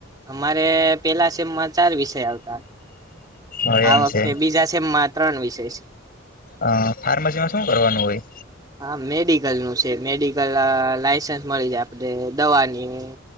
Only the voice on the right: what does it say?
અમારે પેલા સેમમાં ચાર વિષય આવતા.
આ
વખતે
બીજા છેમમાં ત્રણ વિષય છે.
હા મેડિકલ નું છે મેડિકલ લાઇસન્સ મળી જાય આપડે દવાની.